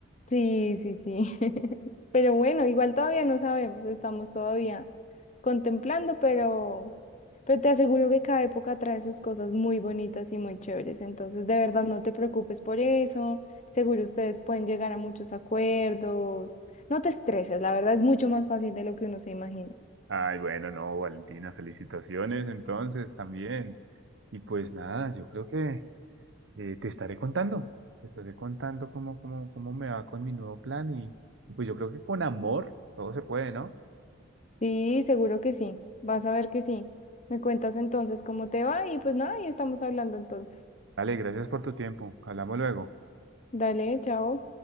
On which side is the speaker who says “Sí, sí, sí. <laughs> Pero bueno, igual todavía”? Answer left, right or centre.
Left